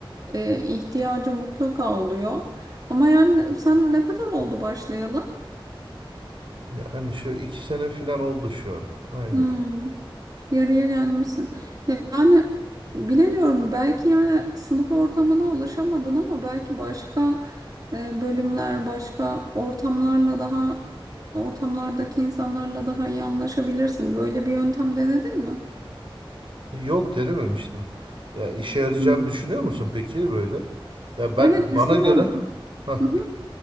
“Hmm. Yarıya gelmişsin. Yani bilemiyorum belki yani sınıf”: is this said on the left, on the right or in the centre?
Right